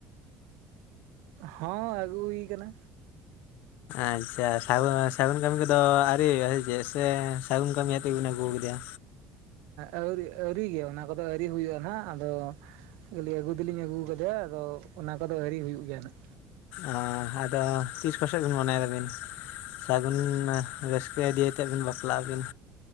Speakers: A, on the right (about 85°); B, on the left (about 60°).
A: ᱦᱚᱸ ᱟᱹᱜᱩ ᱦᱩᱭ ᱟᱠᱟᱱᱟ᱾
B: ᱟᱪᱪᱷᱟ ᱥᱟ ᱥᱟᱹᱜᱩᱱ ᱠᱟᱹᱢᱤ ᱠᱚᱫᱚ ᱟᱹᱣᱨᱤᱭ ᱪᱮᱫ ᱥᱮ ᱥᱟᱹᱜᱩᱱ ᱠᱟᱹᱢᱤ ᱭᱟᱛᱮ ᱜᱮ ᱵᱤᱱ ᱟᱹᱜᱩ ᱟᱠᱟᱫᱮᱭᱟ᱾
A: ᱟᱹᱣᱨᱤ ᱟᱹᱣᱨᱤ ᱜᱮ ᱚᱱᱟ ᱠᱚᱫᱚ ᱟᱹᱣᱨᱤ ᱦᱩᱭᱩᱜᱼᱟ ᱱᱟᱜ ᱟᱫᱚ ᱟᱹᱜᱩ ᱫᱚᱞᱤᱧ ᱟᱹᱜᱩ ᱟᱠᱟᱫᱮᱭᱟ ᱟᱫᱚ ᱚᱱᱟ ᱠᱚᱫᱚ ᱟᱹᱣᱨᱤ ᱦᱩᱭᱩᱜ ᱜᱮᱭᱟ ᱦᱟᱜ
B: ᱚ-ᱟᱫᱚ ᱛᱤᱥ ᱠᱚᱥᱮᱜ ᱵᱤᱱ ᱢᱚᱱᱮ ᱫᱟᱵᱤᱱ ᱥᱟᱹᱜᱩᱱ ᱨᱟᱹᱥᱠᱟᱹ ᱤᱫᱤᱭ ᱠᱟᱛᱮᱫ ᱵᱤᱱ ᱵᱟᱯᱞᱟᱜ ᱟᱵᱤᱱ᱾